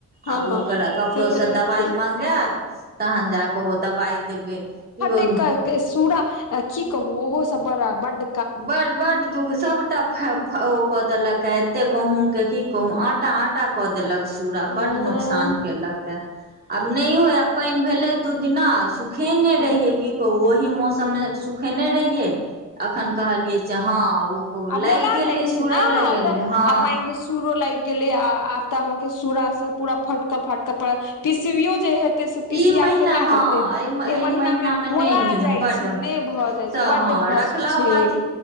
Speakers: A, on the left; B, on the right.
A: हँ
B: आब
A: हँ हँ
B: ओकर ककरोसँ
A: से तऽ नीक
B: दबाइ
A: केल
B: मंगायब तहन जा कऽ ओ दबाइ देबै <unintelligible>
A: <unintelligible> सूरा की कहू ओहो सब बड़ बड
B: बड़ बड़ दुःख सबटा ओ कऽ देलक ह एते गहुम के की कहू आटा आ छटा कऽ देलक सूरा आ
A: तहन
B: बड न नुकसान केलक ह आब नहि हो आब पानि भेलै दू दिना सुखेने
A: ह
B: रहियै कि कहू ओही मौसम मे सुखेने रहियै अखन कहलियै से हँ ओ
A: आ
B: लागि
A: मोला
B: गेलै
A: जाइ छै
B: सूरा
A: ने
B: लागि
A: ओकरा
B: गेलै हँ
A: आ माइन सूरो लागि गेले आ आब तऽ अहाँ के सूरा से पूरा फटक फटक पड़ पीसवियो जे हेत एते से पीसिया
B: ई महीना
A: केना
B: हँ
A: हेते
B: एहि
A: ए महिना
B: महीना
A: मे
B: नहि
A: मोला
B: नीक
A: जाय
B: बड
A: छै ने भऽ जाय
B: से
A: छै
B: हँ
A: बड कष्ट
B: रखलहबा
A: छै
B: छी